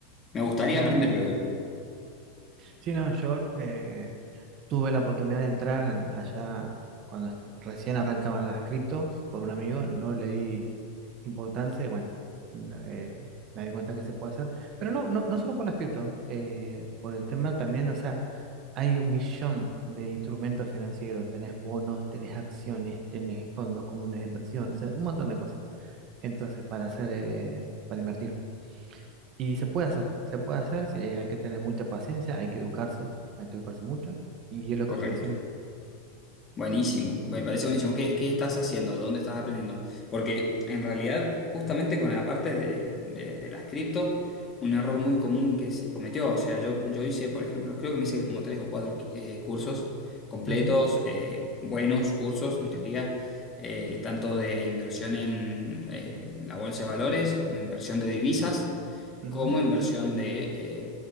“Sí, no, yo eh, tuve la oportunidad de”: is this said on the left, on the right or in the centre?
Right